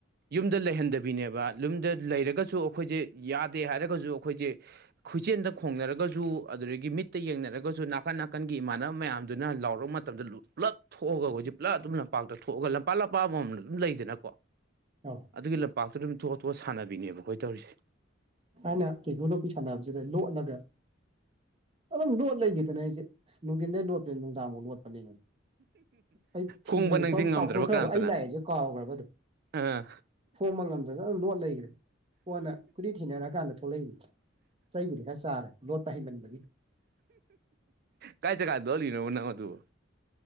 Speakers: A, on the right (about 50°); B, on the right (about 30°).
A: ꯌꯨꯝꯗ ꯂꯩꯍꯟꯗꯕꯤꯅꯦꯕ ꯌꯨꯝꯗ ꯂꯩꯔꯒꯁꯨ ꯑꯩꯈꯣꯏꯁꯦ ꯌꯥꯗꯦ ꯍꯥꯏꯔꯒꯁꯨ ꯑꯩꯈꯣꯏꯁꯦ ꯈꯨꯆꯦꯟꯗ ꯈꯣꯡꯅꯔꯒꯁꯨ ꯑꯗꯨꯗꯒꯤ ꯃꯤꯠ ꯇ ꯌꯦꯡꯅꯔꯒꯁꯨ ꯅꯥꯀꯟ ꯅꯥꯀꯟꯒꯤ ꯏꯃꯥꯟꯅꯕ ꯃꯌꯥꯝꯗꯨꯅ ꯂꯥꯎꯔꯛꯄ ꯃꯇꯝꯗ ꯄꯨꯂꯞ ꯊꯣꯛꯑꯒꯈꯣꯏꯛ ꯄꯨꯂꯞ ꯑꯗꯨꯝ ꯂꯝꯄꯥꯛꯇ ꯊꯣꯛꯑꯒ ꯂꯝꯄꯥꯛ ꯂꯝꯄꯥꯛ ꯑꯃꯝꯅ ꯑꯗꯨꯝ ꯂꯩꯗꯅꯀꯣ
B: ꯑ
A: ꯑꯗꯨꯒꯤ ꯂꯝꯄꯥꯛꯇꯨ ꯑꯗꯨꯝ ꯊꯣꯛꯣꯞ ꯑꯇꯣꯞꯄ ꯁꯥꯟꯅꯕꯤꯅꯦꯕ ꯑꯩꯈꯣꯏ ꯇꯧꯔꯤꯁꯦ
B: ꯍꯥꯏꯅ ꯀꯦꯀꯣ ꯂꯣꯄꯤ ꯁꯥꯟꯅꯕꯁꯤꯗ ꯂꯣꯠꯂꯒ ꯑꯗꯨꯝ ꯂꯣꯠ ꯂꯩꯈꯤꯗꯅꯅꯦ ꯑꯩꯁꯦ ꯅꯨꯡꯊꯤꯟꯗꯩ ꯂꯣꯠꯄꯅꯤ ꯅꯨꯡꯗꯥꯡꯃꯨꯛ ꯂꯣꯠꯄꯅꯦ ꯑꯩ ꯊꯤꯕꯁꯨ
A: ꯈꯣꯡꯕ ꯅꯪꯁꯦ
B: ꯐꯝ
A: ꯉꯝꯗ꯭ꯔꯕ
B: ꯀꯥꯎꯊꯣꯛꯈ꯭ꯔꯕ
A: ꯀꯅꯥꯝꯇꯅ
B: ꯑꯩ ꯂꯥꯛꯁꯦ ꯀꯥꯎꯈ꯭ꯔꯕ ꯑꯗꯨꯝ
A: ꯑꯥ
B: ꯐꯣꯡꯕ ꯉꯝꯗꯅ ꯑꯗꯨ ꯂꯣꯠ ꯂꯩꯈ꯭ꯔꯦ ꯀꯣꯟꯅꯗꯤ ꯁꯤꯖꯤꯟꯅꯔꯛꯑꯀꯥꯟꯗ ꯊꯣꯛꯂꯛꯏꯕ ꯆꯩꯕꯨꯗꯤ ꯈꯔ ꯆꯥꯔꯦ ꯂꯣꯠꯄ ꯍꯩꯃꯟꯕꯒꯤ
A: ꯀꯥꯏ ꯆ ꯀꯥꯏꯗ ꯂ ꯍꯅꯕꯨꯅꯥꯃ ꯇꯕꯨ